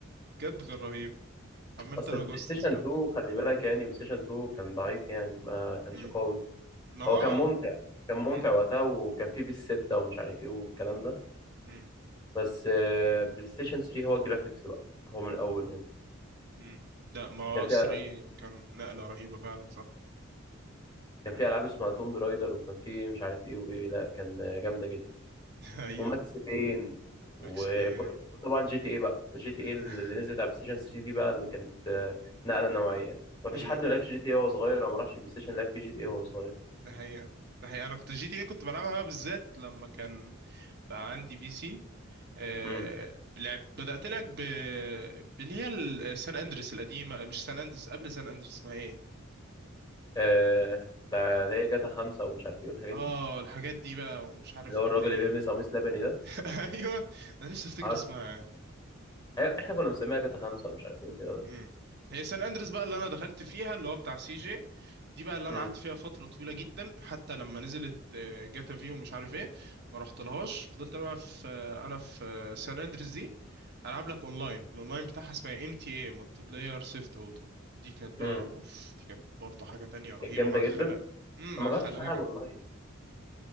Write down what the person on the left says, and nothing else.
اصل
بلاي
ستيشن
2
خلي بالك يعني بلاي ستيشن 2 كان ضعيف يعني ما كانش
قوي
هو كان ممتع كان ممتع
وقتها وكان فيه بيس 6 ومش عارف ايه والكلام ده
بس آه، بلاي ستيشن 3 هو جرافيكس بقى هو من الاول هنا
كان فيها
كان في العاب اسمها توم برايدر وكان في مش عارف ايه وايه لا كان آه، جامده جدا
وماكس بين وك-
وطبعا جي تي ايه بقى جي تي ايه اللي
نزلت على بلاي ستيشن 3 دي بقى اللي كانت آه، نقله نوعيه مفيش
حد ما لعبش جي تي ايه وهو صغير او ما راحش بلاي ستيشن لعب فيه جي تي ايه وهو صغير
امم.
آه بتاع اللي هي جاتا خمسة ومش عارف ايه والحاجات
دي
اللي هو
الراجل
اللي بيلبس قميص لبني ده
عارف
أيوة، احنا كنا مسميها جاتا خمسة ومش عارف ايه وكده
امم
امم
كانت جامدة
جدا
أنا
ما جربتش
ألعب أونلاين